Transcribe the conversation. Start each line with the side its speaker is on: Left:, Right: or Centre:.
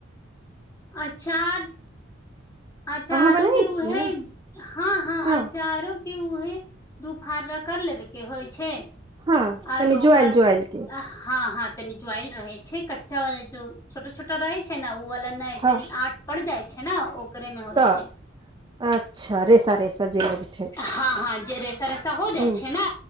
Left: अचार अचारो
Right: अहाँ बनाबै
Left: के उहे
Right: छियै ने
Left: हा हा
Right: हँ
Left: अचारो उहे दुफारा रगर लेबे के होइ छे
Right: हँ
Left: आर
Right: तनी
Left: ओकरा
Right: ज्वाइल ज्वाइल के
Left: हँ हँ तनी जुआइल रहय छैय कच्चावाला जो छोटा छोटा रहै छैय ने ओ वाला नहि
Right: हँ
Left: तनि आंट पड़ जाय छैय ने ओकरे मे होय
Right: तऽ
Left: छैय
Right: अच्छा रेसा रेसा जे लग छै
Left: हँ हँ जे रेसा रेसा हो जाय
Right: हूँ
Left: छैय ने